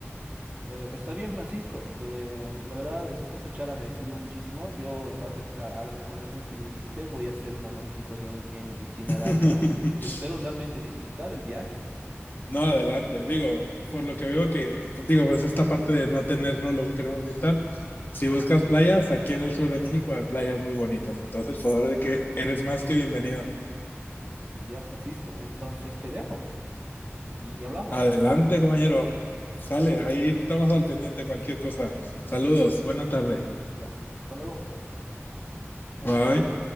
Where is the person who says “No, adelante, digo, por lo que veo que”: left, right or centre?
Left